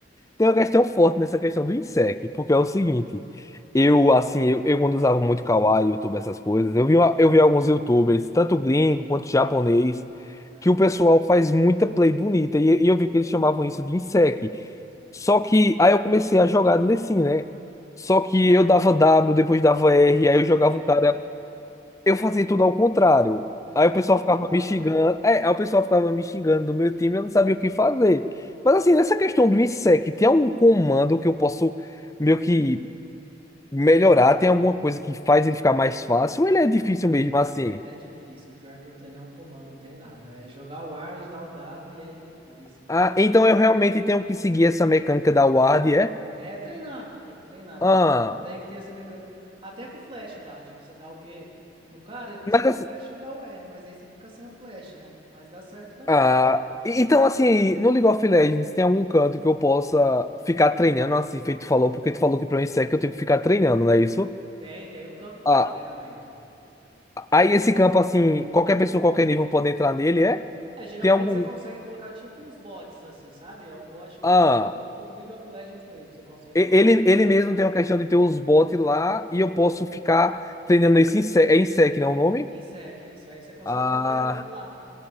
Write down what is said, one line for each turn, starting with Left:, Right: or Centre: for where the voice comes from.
Left: Tem uma questão forte nessa questão do INSEC, porque é o seguinte, eu, assim, eu, eu quando usava muito Kawaii, YouTube, essas coisas, eu vi, uma- eu vi alguns YouTubers, tanto gringo quanto japonês,
Right: Aham,
Left: que o pessoal faz muita play bonita, e, e eu vi que eles chamavam isso de INSEC.
Right: sim.
Left: Só que, aí eu comecei a jogar de Lecim, né? Só que eu dava W, depois dava R, aí
Right: <laughs>
Left: eu jogava o cara, eu fazia tudo ao contrário.
Right: Jogava
Left: Aí o pessoal
Right: pro
Left: ficava
Right: outro lado.
Left: me xingando.
Right: né?
Left: É, aí o pessoal ficava me xingando do meu time, eu não sabia o que fazer. Mas assim, nessa questão do INSEC, tem algum comando que eu posso meio que melhorar? Tem alguma coisa que faz ele ficar mais fácil? Ou ele é
Right: Hum,
Left: difícil
Right: Não,
Left: mesmo assim?
Right: é, é difícil. O Pior é que não tem nenhum comando, não tem nada. É jogar o ward, dar o W e R depois.
Left: Ah, então eu realmente tenho que seguir essa mecânica da ward, é?
Right: né é treinar, tem que treinar,
Left: Ah,
Right: porque tem que ter essa mecânica. Até com o flash dá, tipo, você dá o Q no cara, depois
Left: mas
Right: você
Left: assim.
Right: flash e dá o R, mas aí você fica sem o flash, né? Mas dá certo também.
Left: Ah, e- então assim, no League of Legends tem algum canto que eu possa ficar treinando assim, feito tu falou, porque tu falou que para o INSEC eu tenho que ficar treinando, não é isso?
Right: Tem, tem um campo lá
Left: Ah,
Right: de treinamento.
Left: Aí esse campo, assim, qualquer pessoa, qualquer nível pode entrar nele, é?
Right: É, geralmente
Left: Tem algum.
Right: você consegue colocar tipo uns bots assim, sabe? É um bot do,
Left: Ah,
Right: do, do League of Legends mesmo, você consegue
Left: e- ele,
Right: colocar.
Left: ele mesmo tem uma questão de ter os bots lá e eu posso ficar treinando esse insec, é insec, não é o nome?
Right: Insec, isso, aí você consegue
Left: Ah,
Right: ficar treinando lá.